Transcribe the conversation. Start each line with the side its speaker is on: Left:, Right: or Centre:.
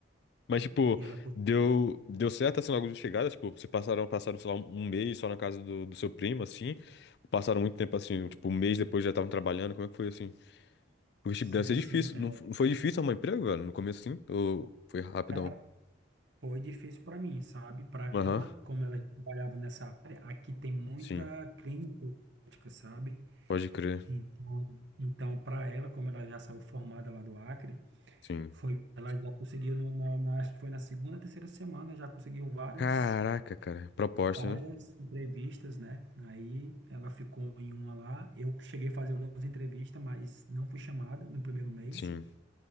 Left: Mas, tipo,
Right: E ela conseguiu,
Left: deu, deu certo assim logo de chegada? Tipo, vocês passaram, passaram, sei lá, um um mês só na casa do, do seu primo, assim? Passaram muito tempo assim, tipo, um mês depois já estavam trabalhando. Como é que foi assim? Porque,
Right: sim,
Left: tipo, deve ser difícil.
Right: sim. é,
Left: Não f- não foi difícil arrumar emprego, velho? No começo, assim? Ou foi rapidão?
Right: cara, foi difícil para mim, sabe? Para
Left: Aham,
Right: ela, como ela trabalhava nessa área, aqui tem muita
Left: sim,
Right: clínica, médica, sabe?
Left: pode crer,
Right: Então, então para ela, como ela já saiu formada lá do Acre,
Left: sim.
Right: foi, ela já conseguiu, no, na, na- acho que foi na segunda, terceira semana, já conseguiu várias.
Left: Caraca, cara, proposta,
Right: várias
Left: né?
Right: entrevistas, né? Aí ela ficou em uma lá. Eu cheguei a fazer algumas entrevistas, mas não fui chamada no primeiro mês.
Left: Sim,